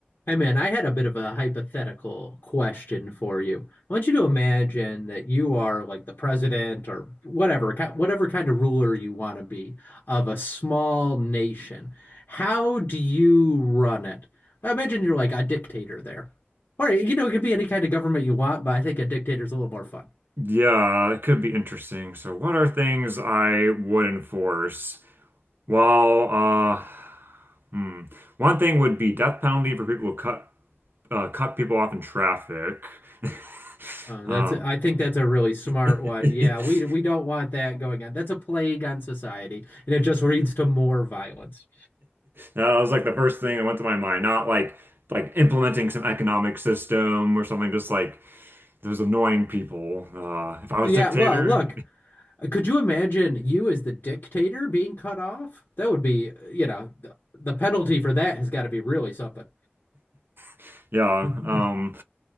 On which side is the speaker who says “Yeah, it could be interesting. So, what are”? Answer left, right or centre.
Right